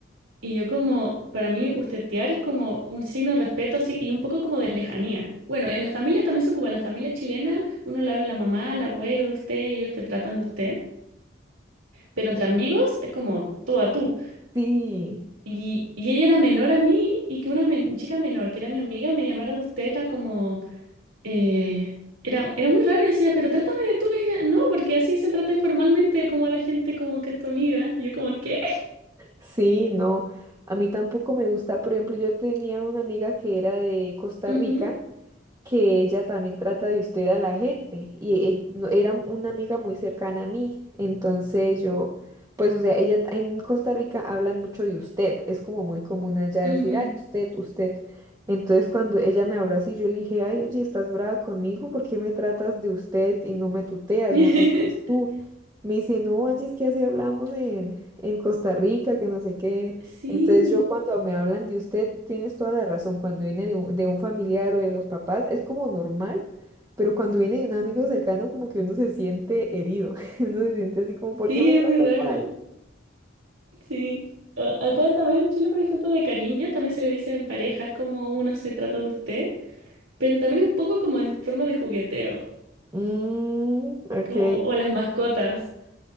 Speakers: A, on the right; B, on the right.
A: Y yo como, para mí, ustedear es como un signo de respeto así y un poco como de lejanía. Bueno, en la familia también se ocupa, la familia chilena, uno le habla a la mamá, al abuelo de usted y ellos te tratan de usted. Pero entre amigos es como tú a tú.
B: Sí,
A: Y, y ella era menor a mí y que una men- chica menor, que era mi amiga, me llamara usted, era como... eh, era, era muy raro, yo decía, pero trátame de tú, y ella, no, porque así se trata informalmente como a la gente como que es tu amiga. Y yo como, ¿qué?
B: sí, no. A mí tampoco me gusta. Por ejemplo, yo tenía una amiga que era de Costa
A: Ujú,
B: Rica. que ella también trata de usted a la gente y e- no- era una amiga muy cercana a mí. Entonces yo, pues o sea, ella en Costa Rica hablan mucho de usted, es como muy común allá
A: ujú.
B: decir, ay, usted, usted. Entonces cuando ella me habló así, yo le dije, ay, oye, estás brava conmigo, ¿por qué me tratas de usted y no me tuteas,
A: <laughs>
B: no me dices tú? Me dice, no, Angie, es que así hablamos en, en Costa Rica, que no sé qué.
A: Sí,
B: Entonces yo cuando me hablan de usted, tienes toda la razón, cuando viene de un, de un familiar o de los papás es como normal, pero cuando viene de un amigo cercano como que uno se siente herido, <laughs> uno se siente así como, ¿por
A: sí,
B: qué me
A: es
B: tratas
A: muy raro,
B: mal?
A: sí. A- Acá también en Chile, por ejemplo, de cariño, también se le dice en parejas como uno se trata de usted, pero también es un poco como en forma de jugueteo,
B: Mm, ok.
A: como, o a las mascotas,